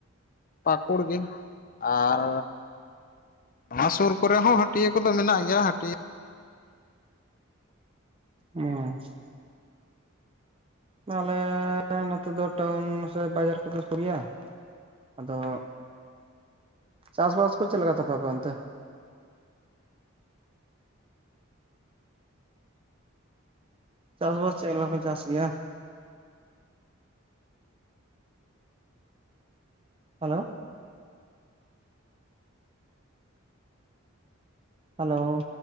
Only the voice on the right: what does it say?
<unintelligible> ᱟᱞᱮ ᱱᱚᱛᱮ ᱫᱚ ᱴᱟᱣᱩᱱ ᱥᱮ ᱵᱟᱡᱟᱨ ᱠᱚᱫᱚ ᱥᱩᱨᱮᱭᱟ᱾ ᱟᱫᱚ ᱪᱟᱥᱵᱟᱥ ᱠᱚ ᱪᱮᱫ ᱞᱮᱠᱟ ᱛᱟᱯᱮ ᱟᱯᱮ ᱚᱱᱛᱮ? ᱪᱟᱥᱵᱟᱥ ᱪᱮᱫ ᱞᱮᱠᱟ ᱠᱚ ᱪᱟᱥ ᱜᱮᱭᱟ? ᱦᱮᱞᱳ᱾ ᱦᱮᱞᱳ᱾